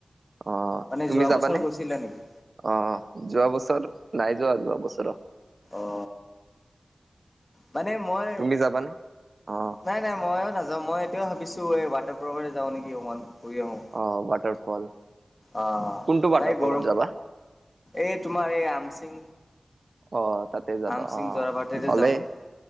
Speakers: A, on the right; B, on the left.
A: অ,
B: মানে
A: তুমি
B: যোৱা
A: যাবানে
B: বছৰ গৈছিলা
A: অ,
B: নেকি
A: যোৱা বছৰ নাই যোৱা, যোৱা বছৰ
B: অ, মানে মই
A: তুমি যাবানে? অ
B: নাই, নাই, মইও নাজানো। মই এতিও ভাবিছো এই বাটৰ প্ৰভৰে যাওঁ নেকি অকণমান। ফুৰি আহো,
A: অ ৱাটাৰ ফল
B: আহ
A: কোনটো ৱাটাৰ
B: নাই
A: ফলত
B: গৰম
A: যাবা?
B: এই, তোমাৰ এই আমচিং
A: অ'। তাতে যাবা
B: আম সিং
A: অ
B: জৰাবাৰাটেতে
A: ভালেই।
B: যাওঁ,